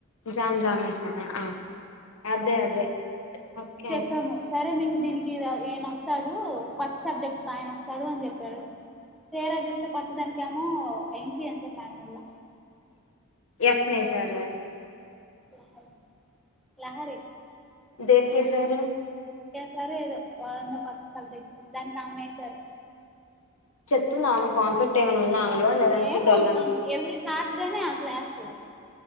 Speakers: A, on the left (about 85°); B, in the centre.
A: జామ్ జామ్ వేసారా అదే అదే ఓకే
B: చెప్పాము సరే మీకు దీనికి ఇద ఏనా వస్తాడు కొత్త సబ్జెక్ట్ ఆయన వస్తాడు అని చెప్పాడు తేరా చూస్తే కొత్త దానినికి ఏమో ఏం ఫీ ఎన్సార్ మేడంలా
A: ఎఫ్నే సర్ గా
B: యా హాయ్ లహరి
A: దేనికెసారు
B: సరే ఏదో కొత్త సబ్జెక్ట్ దానికి ఆయన ఎసారు
A: చెప్తుందా ఆమె కాన్సెప్ట్ ఏమైనా ఉందా ఆమెలో లేదంటే
B: ఏమో
A: డొల్
B: అక్క
A: అని
B: ఎవ్రీ శాటర్డే నే ఆ క్లాస్